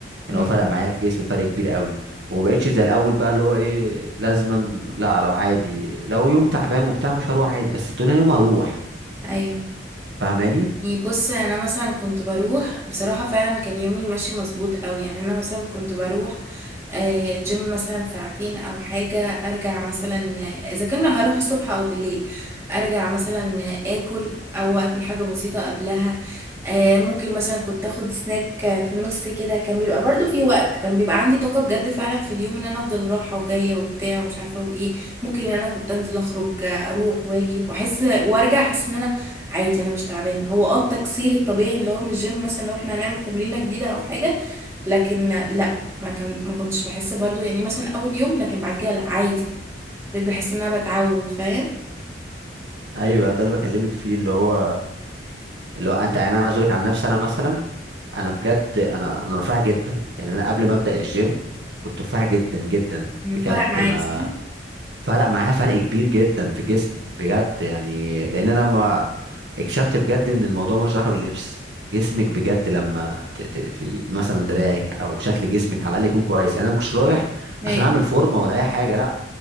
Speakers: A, on the right; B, on the right.
A: يعني
B: مم.
A: هو فرق معايا في جسمي فرق كبير قوي وما بقتش زي الاول بقى اللي هو ايه لازما لا لا، عادي لو يوم تعبان وبتاع مش هروح عادي بس تاني يوم هروح
B: ايوه
A: فاهماني
B: يعني بص يعني انا مثلا كنت بروح بصراحة فعلا كان يومي ماشي مظبوط قوي يعني انا مثلا كنت بروح آه، الجيم مثلا ساعتين او حاجة ارجع مثلا آه، اذا كان هروح الصبح او بالليل ارجع مثلا آه، اكل او اكل حاجة بسيطة قبلها آه، ممكن مثلا كنت اخد سناك آه، في النص كده كان بيبقى برضو في وقت كان بيبقى عندي طاقة بجد فعلا في اليوم ان انا افضل رايحة وجاية وبتاع ومش عارفة وايه ممكن ان انا كنت انزل اخرج آه، اروح واجي واحس وارجع احس ان انا عادي انا مش تعبانه هو اه التكسير الطبيعي اللي هو من الجيم مثلا لو احنا هنعمل تمرينه جديده او حاجه لكن لا ما كان ما كنتش بحس برضو يعني مثلا اول يوم لكن بعد كده لا عادي بقيت بحس ان انا بتعود فاهم
A: ايوه ده اللي بكلمك فيه اللي هو اللي هو انت يعني انا عاوز اقول لك عن نفسي انا مثلا انا بجد انا انا رفيع جدا يعني انا قبل ما ابدا الجيم كنت رفيع جدا جدا
B: مم،
A: بجد
B: فرق معاك
A: ما
B: صح
A: فرق معايا فرق كبير جدا في جسمي بجد يعني لان انا ما اكتشفت بجد ان الموضوع ملوش علاقه باللبس جسمك بجد لما ت... ت... ت... مثلا دراعك او شكل جسمك على الاقل يكون كويس يعني انا ما كنتش رايح
B: ايه
A: عشان اعمل فورمه ولا اي حاجه لا